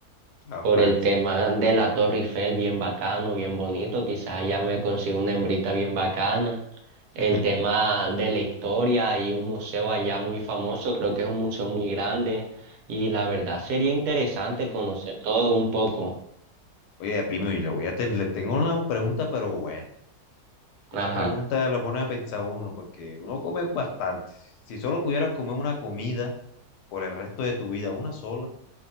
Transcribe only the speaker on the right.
por
el tema de la Torre Eiffel, bien bacano, bien bonito, quizás allá me consigo una hembrita bien bacana, el
tema de la historia y un museo allá muy famoso, creo que es un museo muy grande y la verdad sería interesante conocer todo un poco.
Ajá.